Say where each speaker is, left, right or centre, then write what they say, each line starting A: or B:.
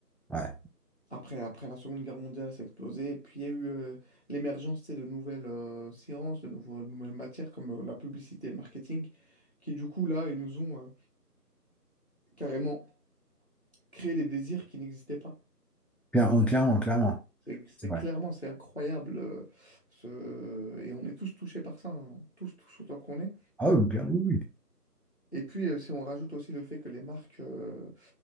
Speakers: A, in the centre; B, on the left (about 40°).
A: Ouais.
B: Après, après la Seconde Guerre mondiale, ça a explosé. Et puis, il y a eu euh, l'émergence, tu sais, de nouvelles euh, sciences, de, nouveaux- de nouvelles matières, comme euh, la publicité et le marketing, qui, du coup, là, ils nous ont euh, carrément créé des désirs qui n'existaient pas.
A: Clairement, clairement, clairement.
B: C'est c'est
A: C'est vrai.
B: clairement, c'est incroyable. euh, ce- Et on est tous touchés par ça, hein, Tous, tous autant qu'on est.
A: Ah oui, bien, oui, oui.
B: Et puis, euh, si on rajoute aussi le fait que les marques, euh,